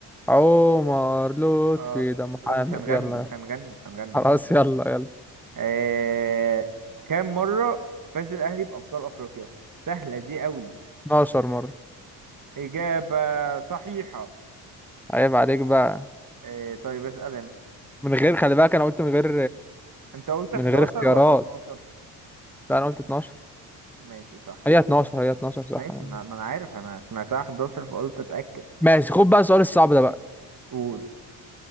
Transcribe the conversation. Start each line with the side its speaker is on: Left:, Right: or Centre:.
Centre: عمر لطفي
Right: اه
Centre: ده محامي
Right: لا مش هنغني
Centre: يلا
Right: مش هنغني مش هنغني
Centre: خلاص
Right: مش هنغني
Centre: يلا يلا
Right: آه... كام مرة فاز الأهلي بأبطال أفريقيا سهلة دي قوي
Centre: 12 مرة
Right: إجابة صحيحة
Centre: عيب عليك بقى
Right: آه... طيب اسأل أنت
Centre: من غير خلي بالك انا قلت من غير
Right: أنت قلت 11
Centre: من غير اختيارات
Right: ولا 12
Centre: لا انا قلت 12
Right: ماشي صح
Centre: هي 12 هي 12 صح
Right: ماشي
Centre: أنا.
Right: ما, ما أنا عارف أنا سمعتها 11 فقلت أتأكد
Centre: ماشي خد بقى السؤال الصعب ده بقى
Right: قول